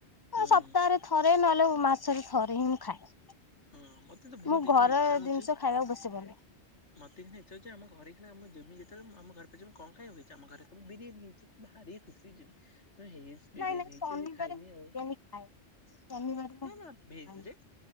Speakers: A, on the left; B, on the left.
A: ହୁଁ
B: ସପ୍ତାହରେ ଥରେ ନହେଲେ ମାସରେ ଥରେ ହିଁ ମୁଁ ଖାଏ।
A: ହଁ ମତେ ତ ବହୁତ
B: ମୁଁ
A: ଏଇନା
B: ଘର
A: ଇଚ୍ଛା ହଉଛି
B: ଜିନିଷ ଖାଇବାକୁ ବେଶୀ ଭଲ
A: <inaudible> ମତେ ଏନା ଇଚ୍ଛା ଆମ ଘରେଇ ଆମ ଜମି ଯେତେବେଳେ ଆମ ଘରେ ପାଖମ କମ୍ ଖାଇବାକୁ ଇଚ୍ଛା ହେଇଛି ଆମ ଘରେ ବିରିୟାନୀ ହେଇଛି। ଭାରି ଖୁସି ହେଇ ମୁଁ ହେଇଛି ବିରିୟାନୀ
B: ନାଇଁ ନାଇଁ
A: ହେଇଛି
B: ଶନିବାରେ
A: ଖାଇମି
B: ମୁଁ
A: ଆଉ। <inaudible>
B: ବିରିୟାନୀ ଖାଏ
A: <inaudible>
B: ଶନିବାର ମୁଁ
A: ନାଇ
B: ବିରିୟାନୀ
A: ନା ଭେଜ୍‌ରେ
B: ଖାଏ।